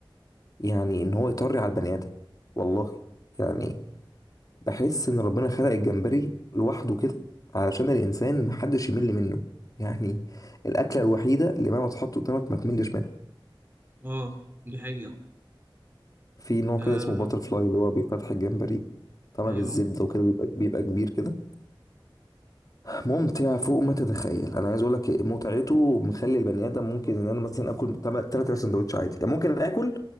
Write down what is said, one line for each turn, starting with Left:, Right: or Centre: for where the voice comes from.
Left: يعني ان هو يطري على البني ادم والله يعني بحس ان ربنا خلق الجمبري لوحده كده علشان الانسان محدش يمل منه يعني الاكله الوحيده اللي مهما تحط قدامك ما تملش منها
Right: اه دي حقيقة
Left: في نوع
Right: آه.
Left: كده اسمه باتر فلاي اللي هو بيفتح الجمبري طبعا
Right: أيوه
Left: بالزبده وكده بيبقى بيبقى كبير كده ممتع فوق ما تتخيل انا عايز اقول لك متعته مخلي البني ادم ممكن ان انا مثلا اكل ثلاث سندوتش عادي يعني ممكن اكل